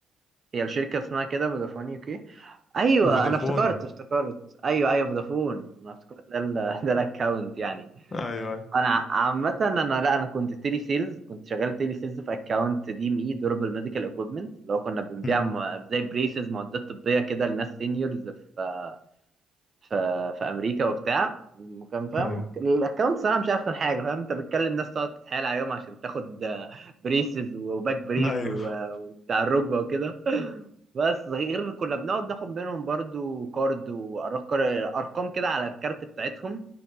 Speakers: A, on the right; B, on the left.
A: هي الشركة اسمها كده فودافون يو كي ايوه
B: فودافون
A: انا افتكرت افتكرت ايوه ايوه فودافون انا افتكرت ده ال- <laughs> ده الاكاونت يعني
B: ايوه ايوه
A: انا عامة انا لا انا كنت تيلي سيلز كنت شغال تيلي سيلز في اكاونت دي ام اي دوربل ميديكال اكويبمنت اللي هو كنا بنبيع
B: امم
A: م- زي بريسز معدات طبية كده لناس سينيورز في في في امريكا وبتاع وكان فاهم
B: ايوه
A: الاكونت صراحه مش احسن حاجه فاهم انت بتكلم ناس تقعد تتحايل عليهم عشان تاخد آه، بريسز وباك بريس
B: ايوه
A: و- وبتاع الركبه وكده بس غير كنا بنقعد ناخد منهم برضو كارد وارقام كده على الكارت بتاعتهم